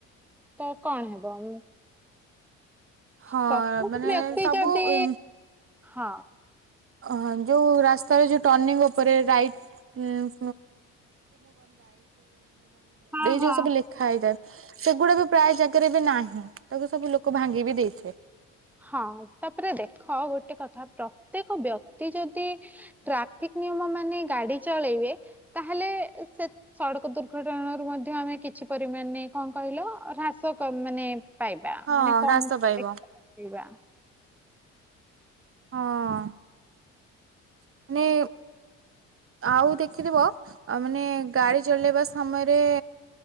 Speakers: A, in the centre; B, on the right (about 35°).
A: ତ କଣ ହବ ଉ
B: ହଁ
A: ପ୍ରତ୍ୟେକ
B: ମାନେ
A: ବ୍ୟକ୍ତି
B: ସବୁ
A: ଯଦି
B: ଉ
A: ହଁ
B: ଅହ ଯୋଉ ରାସ୍ତାରେ ଯଉ ଟର୍ଣ୍ନଣିଂ ଉପରେ ରାଇଟ୍ <unintelligible> ଲେ ଏବେ ଏଇ
A: ହଁ
B: ଯୋଉ
A: ହଁ
B: ସବୁ ଲେଖା ହେଇଥାଏ ସେଗୁଡା ବି ପ୍ରାୟ ଜାଗାରେ ବି ନାହିଁ ତାକୁ ସବୁ ଲୋକ ଭାଙ୍ଗି ବି ଦେଇ ଠିକ୍।
A: ହଁ ତାପରେ ଦେଖ ଗୋଟେ କଥା ପ୍ରତ୍ୟେକ ବ୍ୟକ୍ତି ଯଦି ଟ୍ରାଫିକ ନିୟମ ମାନି ଗାଡି ଚଳେଇବେ ତାହଲେ ଏ ସେ ସଡ଼କ ଦୁର୍ଘଟଣା ରୁ ମଧ୍ୟ ଆମେ କିଛି ପରିମାଣେ କଣ କହିଲ ହ୍ରାସ କ ମାନେ ପାଇବା
B: ହଁ
A: ମାନେ
B: ହ୍ରାସ
A: କମ୍
B: ପାଇବ।
A: <unintelligible>
B: ହଁ। <unintelligible> ନେ ଆଉ ଦେଖିଥିବ ମାନେ ଗାଡି ଚଲେଇବା ସମୟରେ